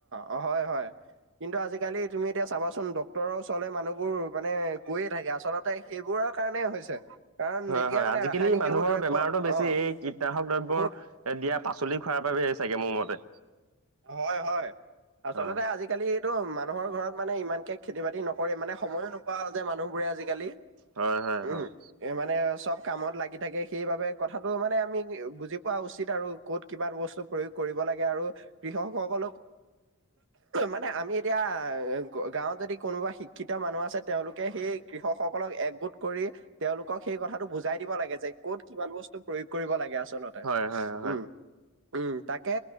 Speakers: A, on the right (about 60°); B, on the right (about 80°).
A: অ'অ' হয়, হয়। কিন্তু আজিকালি তুমি এতিয়া চাবাচোন ডক্তৰৰ ওচৰলৈ মানুহবোৰ মানে গৈয়ে থাকে আচলত তে সেইবোৰৰ কাৰণে হৈছে। কাৰণ
B: হয়,
A: যেতিয়া
B: হয়
A: মানে
B: আজিকালি
A: ৰাসায়নিক
B: মানুহৰ
A: এইবোৰ দ্ৰব্য
B: বেমাৰতো বেছি
A: অ'
B: এই কীটনাশক দ্ৰব্য
A: বহুত
B: দিয়া পাচ চলি খোৱাৰ বাবে হয় চাগে মোৰ মতে।
A: হয়, হয় আচলতে
B: হয়
A: আজিকালিটো মানুহৰ ঘৰত মানে ইমানকে খেতি-বাতি নকৰে মানে সময়ো নোপোৱা হ'ল যে মানুহবোৰে আজিকালি।
B: হয়, হয়
A: উম
B: অ'।
A: এ মানে চব কামত লাগি থাকে সেইবাবে কথাটো মানে আমি বুজি পোৱা উচিত আৰু ক'ত কিমান বস্তু প্ৰয়োগ কৰিব লাগে আৰু কৃষকসকলকো মানে আমি এতিয়া গাঁৱত যদি কোনোবা শিক্ষিত মানুহ আছে তেওঁলোকে সেই কৃষকসকলক একগোট কৰি তেওঁলোকক সেই কথাটো বুজাই দিব লাগে যে ক'ত কিমান বস্তু প্ৰয়োগ কৰিব লাগে আচলত।
B: হয় হয় হয়
A: উম, উম। তাকে